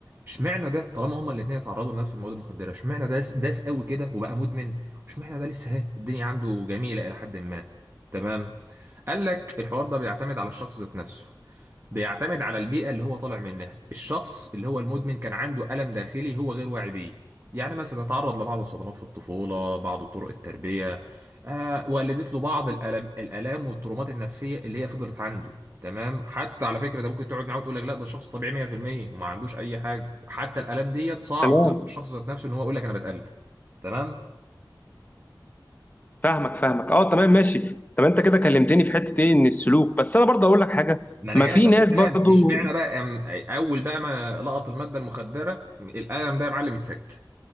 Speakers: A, on the right (about 30°); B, on the left (about 20°).
A: اشمعنى ده طالما هما الاتنين اتعرضوا لنفس المواد المخدرة اشمعنى ده داس قوي كده وبقى مدمن واشمعنى ده لسه ها الدنيا عنده جميلة إلى حد ما تمام قال لك الحوار ده بيعتمد على الشخص ذات نفسه بيعتمد على البيئة اللي هو طالع منها الشخص اللي هو المدمن كان عنده ألم داخلي هو غير واعي بيه يعني مثلا تعرض لبعض الصدمات في الطفولة بعض طرق التربية آه ولدت له بعض الألم الآلام والترومات النفسية اللي هي فضلت عنده تمام حتى على فكرة ده ممكن تقعد معاه وتقول لك لا ده شخص طبيعي 100% وما عندوش أي حاجة وحتى الآلام ديت صعب
B: تمام
A: على الشخص ذات نفسه إن هو يقول لك أنا بتألم تمام
B: فاهمك فاهمك اه تمام ماشي طب انت كده كلمتني في حته ايه ان السلوك بس انا برضو اقول لك حاجه
A: ما انا
B: ما
A: جايلك
B: في
A: بقى
B: ناس
A: في الكلام
B: برضو
A: اشمعنى بقى أم- اول بقى ما لقط الماده المخدره الالم ده يا معلم اتسك